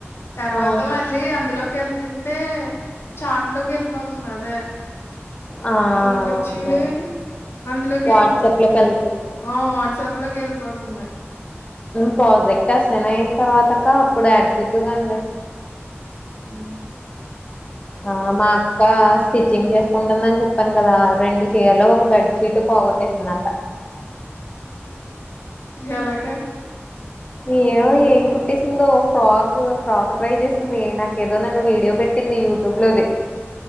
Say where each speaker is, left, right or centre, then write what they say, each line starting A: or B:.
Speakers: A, on the left; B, on the left.
A: తర్వాత
B: ఆ
A: మళ్ళీ అందులోకి వెళ్తుం టే చాట్లోకి వెళ్ళిపోతుంది అదే
B: ఆ
A: అదుంటది
B: అదేనండి
A: చూడు అందులోకెళ్ళిపోతుంది.
B: వాట్సాప్ లో కలి
A: ఆ వాట్సప్ లో కెలి పోతుంది
B: ప్రాజెక్ట్ అసన్ అయిన తర్వాతక్క అప్పుడు యాడ్ చేద్దువు గాన్లే
A: హ్మ్.
B: ఆ
A: అదే.
B: మా అక్క స్టిచ్చింగ్ చేసుకుంటుందని చెప్పాను కదా రెండు చీర్లు ఒక బెడ్ షీటు పోగొట్టేసిందంట
A: ఎలగా
B: ఏమో ఏం కుట్టిసిందో ఫ్రాక్ ఫ్రాక్ ట్రై చేసింది నాక ఏదో నిన్న వీడియో పెట్టింది యూట్యూబ్ లోది